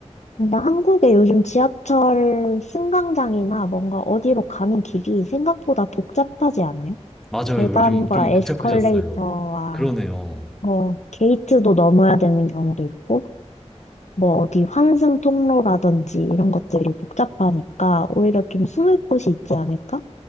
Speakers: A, on the left (about 75°); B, in the centre.
A: 근데 한국의 요즘 지하철 승강장이나 뭔가 어디로 가는 길이 생각보다 복잡하지 않아요?
B: 맞아요.
A: 계단과
B: 요즘 좀
A: 에스컬레이터와
B: 복잡해졌어요. 그러네요.
A: 뭐 게이트도 넘어야 되는 경우도 있고 뭐 어디 환승 통로라든지 이런 것들이 복잡하니까 오히려 좀 숨을 곳이 있지 않을까